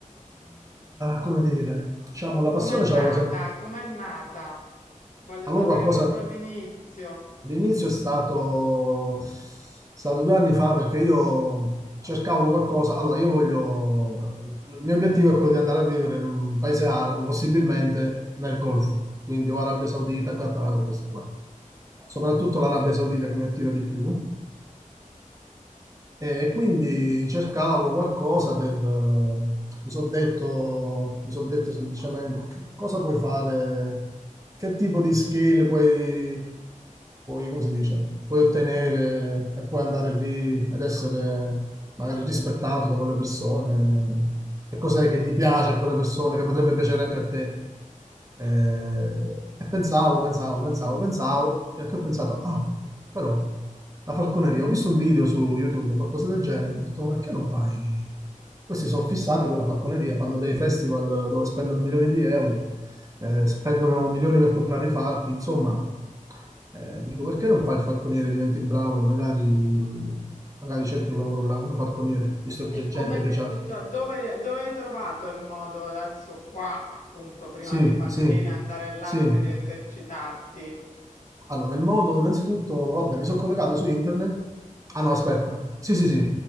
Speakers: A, on the right; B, on the left.
A: come dire, diciamo la passione
B: Com'è nata?
A: ce l'avevo sempre.
B: Com'è nata? Voglio
A: Avevo
B: sapere
A: qualcosa
B: proprio all'inizio.
A: L'inizio è stato, è stato due anni fa perché io cercavo qualcosa. Allora, io voglio. Il mio obiettivo è quello di andare a vivere in un paese arabo, possibilmente nel Golfo, quindi o Arabia Saudita, Qatar, o questi qua. Soprattutto l'Arabia Saudita che mi attira di più. E quindi cercavo qualcosa per... eh, mi sono detto, mi son detto semplicemente che cosa puoi fare, che tipo di skill puoi, puoi, come si dice, puoi ottenere e puoi andare lì ed essere magari rispettato da quelle persone, che cos'è che gli piace a quelle persone, che potrebbe piacere anche a te. Eh, e pensavo, pensavo, pensavo, pensavo, fino a che ho pensato, ah, però la falconeria, ho visto un video su YouTube, qualcosa del genere, ho detto, ma perché non fai? Questi sono fissati con la falconeria, fanno dei festival dove spendono milioni di euro, eh, spendono milioni per comprare i falchi, insomma, eh, dico, perché non fai il falconiere, diventi bravo e magari, magari cerchi un lavoro là come falconiere, visto che
B: E
A: c'è gente
B: come
A: che
B: si,
A: c'ha...
B: cioè, dove, dove hai trovato il modo adesso qua, appunto, prima
A: Sì,
B: di partire,
A: sì,
B: andare là
A: sì.
B: per esercitarti?
A: Allora, il modo, innanzitutto, vabbè, mi sono collegato su internet. Ah no, aspetta. Sì, sì, sì.